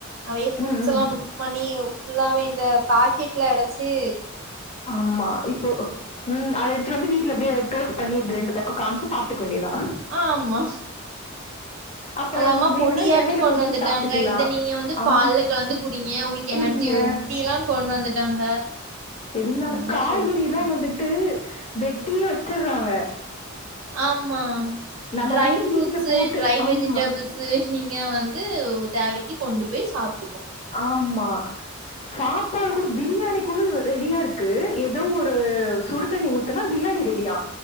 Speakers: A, on the right (about 70°); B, on the left (about 30°).
A: நெறைய ப்ரூட்
B: ம், ம்.
A: மிக்ஸ் பண்ணி ஃபுல்லாவே இந்த பாக்கெட் இல்ல அடச் த்தீ
B: ஆமா இப்போ ம் அது எடுத்துட்டு வந்து வீட்ல எப்டியோ எத்தோ பண்ணி ப்ப ரெண்டு பக்க காமிச்சு சாப்ட்டுக்வேண்டியதா
A: ஆ ஆமா
B: அப்புறம்
A: அதம்மா
B: உங்களுக்கு
A: பொடியாட்டா
B: வேணும்னா எண்ணெயில
A: கொண்டு
B: பொரிச்சு
A: வந்துட்டாங்க
B: சாப்பிட்டுக்கலாம்.
A: இத நீங்க வந்து
B: ஆ
A: பால்ல கலந்து குடிங்க உங்களுக்கு
B: கூடிங்க
A: எனர்ஜி வரும் இப்படிய எல்லா கொண்டு வந்துட்டாங்க
B: எல்லாமே
A: என்ன
B: காய்கறி
A: சொல்றது
B: லா வந்துட்டு வெட்டியே வச்சர்றா அவ
A: ஆமா
B: நம்ம
A: ட்ரை
B: வந்து
A: ஃப்ரூட்ஸ்
B: வீட்ல போட்டு
A: ட்ரை
B: ஆமா,
A: வெஜிடபிள்ஸு இங்க வந்து தேவக்கி கொண்டு போய் சாப்
B: ஆமா சாப் அப்ப அது கூட பிரியாணி கூட ரெடியா இருக்கு ஏதோ ஒரு சுடுதண்ணி ஊத்துனா பிரியாணி ரெடியா